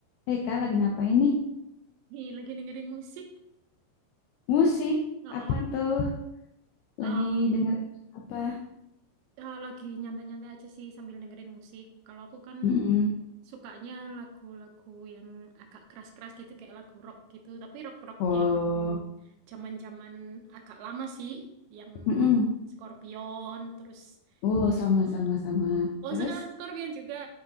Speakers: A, on the left (about 85°); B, on the right (about 80°).
A: Hei Kak, lagi ngapain nih?
B: Nih, lagi dengerin musik.
A: Musik?
B: Oh,
A: Apa tuh?
B: um,
A: Lagi dengerin apa?
B: eh, lagi nyantai-nyantai aja sih sambil dengerin musik. Kalau aku kan
A: Mm-mm.
B: sukanya lagu-lagu yang agak keras-keras gitu, kayak lagu rock gitu. Tapi rock-rock
A: Oh,
B: yang zaman-zaman agak lama sih, yang
A: mm-mm.
B: Scorpion, terus
A: Oh, sama,
B: eh,
A: sama, sama.
B: oh
A: Terus,
B: suka Scorpion juga.